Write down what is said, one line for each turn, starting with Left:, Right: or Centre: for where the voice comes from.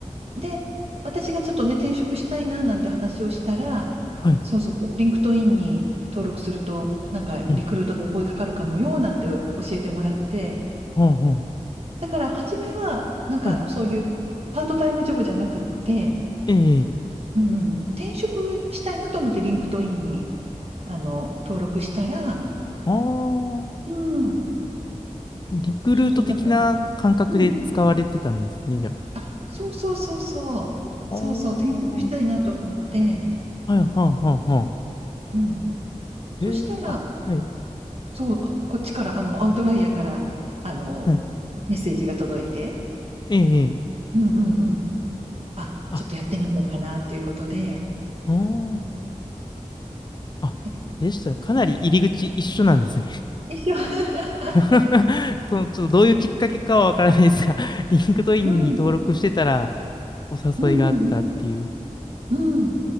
Right: で、私がちょっとね、転職したいななんて話をしたら、
Left: はい。
Right: そうそうそう、リンクトインに登録すると、なんかリクルートでお声かかるかもよなんて教えてもらって、
Left: うん、うん。はあ、は
Right: だから初めは、なんかあのそういうパートタイムジョブじゃなくって、
Left: あ、はい。えー、
Right: うんうん、転職したいなと思ってリンクトインにあの登録したら、
Left: あー、
Right: うん、
Left: リクルート的な感覚で使われてたんですね、
Right: そうそう、なんか、うんうん、
Left: じゃあ。
Right: あ、そうそうそうそう、
Left: あー、
Right: そうそう、転職したいなと思って、
Left: はい、はあ、はあ、はあ。
Right: うん。そしたら、
Left: えー、あ、はい。
Right: そう、こっちから、あの、アウトライヤーから、あの、
Left: はい
Right: メッセージが届いて、
Left: ええ、ええ。
Right: うんうんうん。あ、
Left: あ、
Right: ちょっとやってみようかなっていうことで、
Left: おー。
Right: あ
Left: あ、
Right: え、
Left: でしたらかなり入り口一緒なんですね。
Right: 一緒。<laughs>
Left: <laughs> と、ちょっとどういうきっかけかはわからないですが、<laughs> リンクトインに登録してたら
Right: うん
Left: お誘いがあったっていう。
Right: うんうんうん。うん。